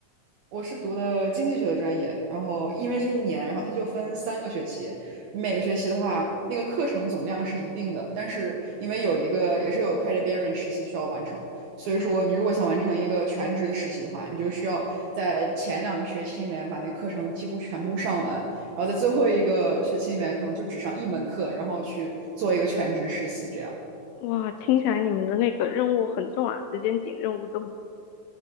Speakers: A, on the right; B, on the left.
A: 我是读的经济学的专业，然后因为是一年，然后它就分三个学期，你每个学期的话，那个课程总量是一定的，但是因为有一个也是有 credit bearing 实习需要完成，所以说你如果想完成一个全职的实习的话，你就需要在前两个学期里面把那个课程几乎全部上完，然后在最后一个学期里面可能就只上一门课，然后去做一个全职实习这样。
B: 哇，听起来你们的那个任务很重啊，时间紧，任务重。